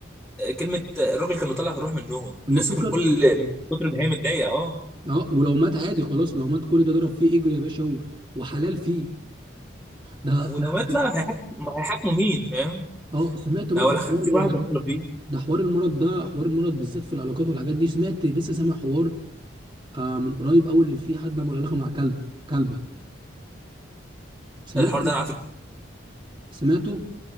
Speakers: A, in the centre; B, on the right (about 25°).
A: آه، كلمه آه، الراجل كان مطلع في الروح منهم
B: المفروض
A: الناس من
B: كان
A: كل من كتر ما هي متضايقه اه
B: اه ولو مات عادي خلاص لو مات كل ده ضرب فيه اجر يا باشا و... وحلال فيه ده
A: ولو
B: ده-
A: مات لا هيحاكموا هيحاكموا مين فاهم
B: اه سمعت برضه
A: لا ولا 50
B: حوار
A: واحد هيعملوا فيه
B: ده حوار المرض ده حوار المرض بالذات في العلاقات والحاجات دي سمعت لسه سامع حوار آه من قريب قوي اللي فيه حد عمل علاقه مع كلب كلبه سمعته
A: الحوار ده انا على فكره
B: سمعته